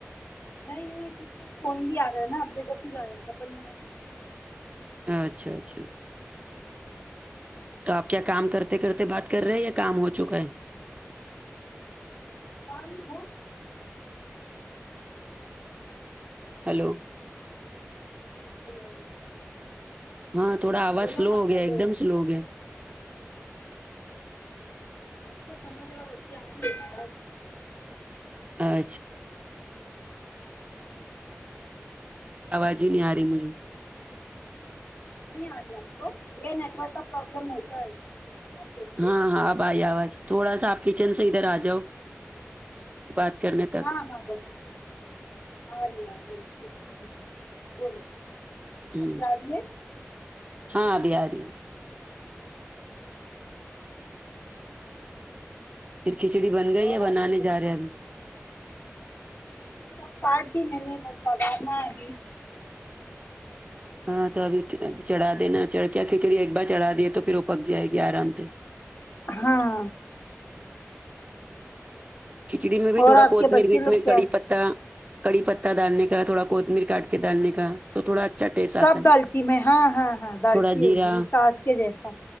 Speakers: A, on the left (about 50°); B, on the right (about 30°).
A: نہیں نہیں کیونکہ فون بھی آ رہا ہے نا آپ د یکھو پھر آا ہے ڈبل نائن
B: اچھا اچھا تو آپ کیا کام کرتے کرتے بات کر رہے ہیں یا کام ہو چکا ہے
A: کام کو
B: ہیلو
A: ہیلو
B: ہاں تھوڑا آواز
A: بولو
B: سلو
A: نا
B: ہو گیا
A: ہیلو
B: ایک دم سلو ہوگایا ہے
A: <unintelligible> تو سمجھ رہا آ
B: اچھا آواز ہی نہیں آ رہی مجھے
A: نہیں آگیا آپ کو یہ نیٹورک کا پرابلم ہوتا ہے بھی
B: ہاں ہاں اب ائی اواز تھوڑا سا آپ کچن سے ادھر ا جاؤ بات کرنے تک
A: ہاں ہاں آگی آ رہے آرہے رہ بولو
B: ہو
A: ابھی آ رہی ہے
B: ہاں آبھی آری ہے پھر کھچڑی بن
A: اور
B: گئی یا بنانے
A: آپ کے بچے
B: جاے ابھی
A: سب سٹ بھی میں نے بس بگار میں آگی
B: ہاں تو ابھی چڑھ دیناڑ کیا کھچڑی ایک بار چڑھا دیے تو پھر وہ پک جائے گی آرام سے
A: ہاں
B: کھچڑی میں بھی
A: اور
B: تھوڑا
A: آپ
B: کوتمیر
A: کے بچے
B: وتمییر
A: لوگ کیا
B: کڑی پتہ کڑی پہتا ڈالنے کا تھوڑا کوتمیر کاٹ کے ڈالنے کا تو تھوڑ اچھا ٹیسٹ آتا
A: سب
B: ہے
A: دلتی میں ہاں ہاں ہاں دلتی
B: تھوڑا زیرہ
A: ہو م سس کے جسا